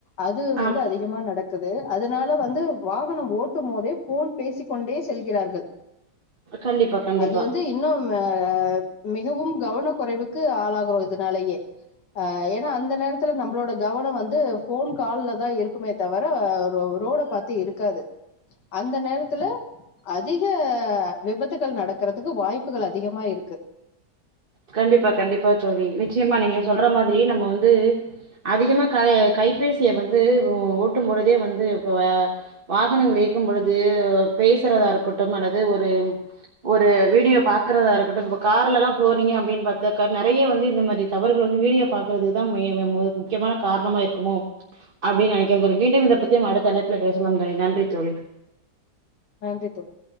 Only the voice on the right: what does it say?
ஆ
கண்டிப்பா கண்டிப்பா
கண்டிப்பா கண்டிப்பா தோழி நிச்சயமா நீங்க சொல்ற மாதிரி நம்ம வந்து அதிகமா க கைபேசிய வந்து ஓட்டும் பொழுதே வந்து இப்ப அ வாகனங்கள் இயக்கும் பொழுது பேசுறதா இருக்கட்டும் அல்லது ஒரு ஒரு வீடியோ பாக்குறதா இருக்கட்டு இப்ப கார்ல எல்லா போறீங்க அப்டின்னு பாத்தாக்கா நெறயா வந்து இந்த மாரி தவறுகள் வந்து வீடியோ பாக்குற்துதா மெயின் முக்கியமான காரணமா இருக்குமோ அப்டின்னு நெனைக்கற தோழி மீண்டும் இத பத்தி நம்ப அடுத்த அழைப்புல பேசலா தோழி நன்றி தோழி